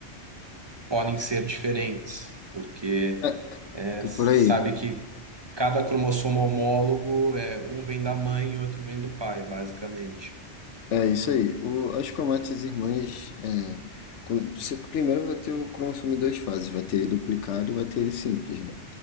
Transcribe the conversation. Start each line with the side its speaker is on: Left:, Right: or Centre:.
Right: podem ser diferentes, porque
Left: É,
Right: é,
Left: é
Right: se
Left: por aí.
Right: sabe que cada cromossomo homólogo, é, um vem da mãe e outro vem do pai, basicamente.
Left: É isso aí. O, as cromátides irmãs, é, quando- você primeiro vai ter o cromossomo em duas fases, vai ter ele duplicado e vai ter ele simples, né?